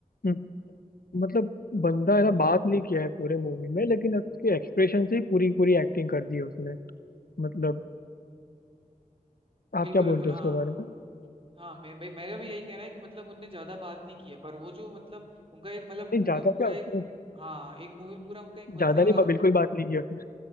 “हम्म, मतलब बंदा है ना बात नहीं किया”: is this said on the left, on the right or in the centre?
Left